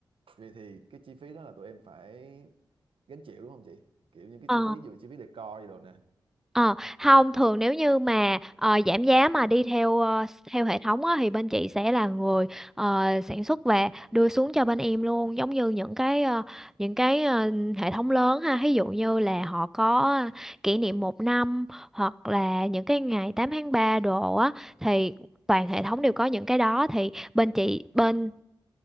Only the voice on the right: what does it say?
vì thì cái chi phí đó là tụi em phải gánh chịu đúng không chị kiểu những cái
chi phí ví dụ chi phí decor gì đồ nè